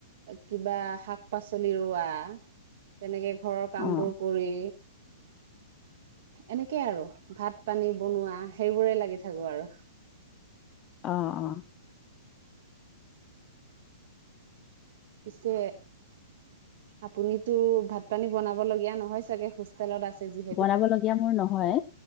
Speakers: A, on the right (about 55°); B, on the left (about 30°).
A: কিবা শাক-পাচলি ৰোৱা। তেনেকে ঘৰৰ কামবোৰ
B: অ',
A: কৰি এনেকেই আৰু ভাত পানী বনোৱা সেইবোৰে লাগি থাকো আৰু।
B: অ' অ'
A: পিছে আপুনিতো ভাত পানী বনাব লগীয়া নহয় চাগে হোষ্ট হোষ্টেলত আছে যিহেতু
B: বনাব লগীয়া মোৰ নহয়।